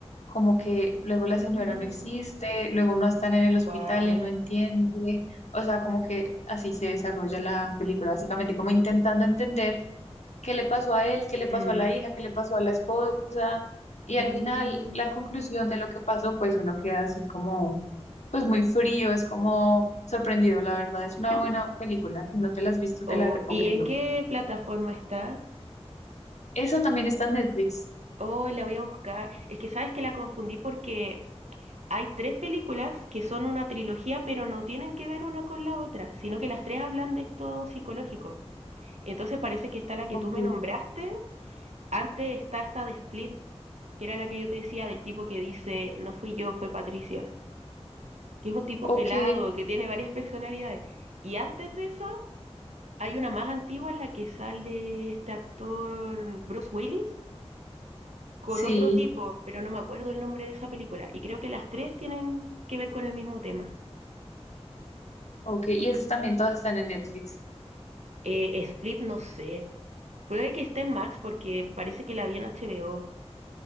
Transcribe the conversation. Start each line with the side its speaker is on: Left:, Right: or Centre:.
Left: como que luego
Right: Mm,
Left: la señora no existe, luego no están en el hospital,
Right: wow.
Left: él no entiende, o sea, como que así se desarrolla la película, básicamente como intentando entender qué le pasó a él, qué le pasó
Right: Mm,
Left: a la hija, qué le pasó a la esposa. Y
Right: mm.
Left: al final, la conclusión de lo que pasó, pues uno queda así como, pues muy frío, es como sorprendido, la verdad. Es una
Right: <laughs>
Left: buena película. Si no te la has visto,
Right: Oh,
Left: te la recomiendo.
Right: ¿y en qué plataforma está?
Left: Eso también está en Netflix.
Right: Oh, la voy a buscar. Es que sabes que la confundí porque hay tres películas que son una trilogía, pero no tienen que ver una con la otra, sino que las tres hablan de esto psicológico. Entonces parece que está la que
Left: Ok.
Right: tú me nombraste. Antes está esta de Split, que era la que yo te decía del tipo que dice, no fui yo, fue Patricia, que es un tipo
Left: Ok,
Right: pelado, que tiene varias personalidades. Y antes de esa, hay una más antigua en la que sale este actor Bruce Willis con
Left: sí,
Right: otro tipo, pero no me acuerdo el nombre de esa película. Y creo que las tres tienen que ver con el mismo tema.
Left: ok. Y esas también todas están en Netflix.
Right: Eh, Split, no sé. Puede que esté en Max porque parece que la vi en HBO.